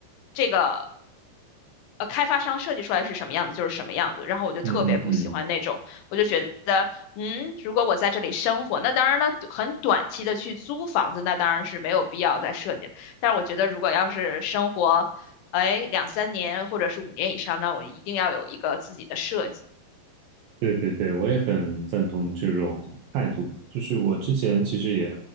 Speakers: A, on the left (about 85°); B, on the right (about 75°).
A: 这个。呃开发商设计出来是什么样子就是什么样子，然后我就特别不喜欢那种，
B: 嗯嗯嗯，
A: 我就觉得，嗯，如果我在这里生活，那当然了，很短期的去租房子，那当然是没有必要再设计了。但是我觉得，如果要是生活，哎，两三年或者是五年以上，那我一定要有一个自己的设计，
B: 对对对，我也很赞同你这种态度。就是我之前其实也